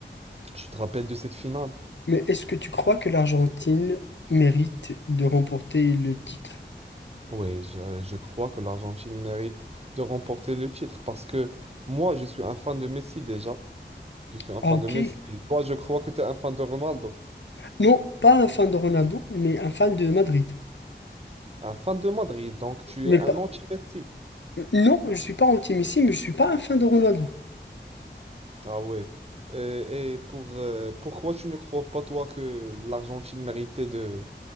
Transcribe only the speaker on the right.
Tu te rappelles de cette finale?
Oui, je, je crois que l'Argentine mérite de remporter le titre parce que moi, je suis un fan de Messi déjà. Je suis un
fan
de Messi. Et toi, je crois que tu es un fan de Ronaldo.
Un fan de Madrid, donc tu
es un
anti-Messi.
Ah ouais. Et, et pour, euh, pourquoi tu ne crois pas, toi, que l'Argentine méritait de,